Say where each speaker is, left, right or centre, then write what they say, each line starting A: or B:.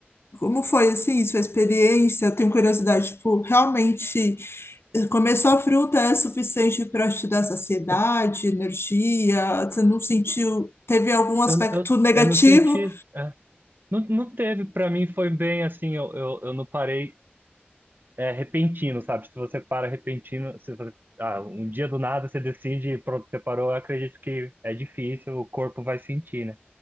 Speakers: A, on the left (about 80°); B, on the right (about 55°).
A: como foi, assim, sua experiência? Eu tenho curiosidade, tipo, realmente eh, comer só fruta é suficiente para te dar saciedade, energia? Você não sentiu, teve algum aspecto
B: Eu, eu,
A: negativo?
B: eu não senti Não, não teve, pra mim foi bem assim, eu, eu, eu não parei é, repentino, sabe? Se você para repentino, se você- ah, um dia do nada você decide, pronto, você parou, eu acredito que é difícil, o corpo vai sentir, né?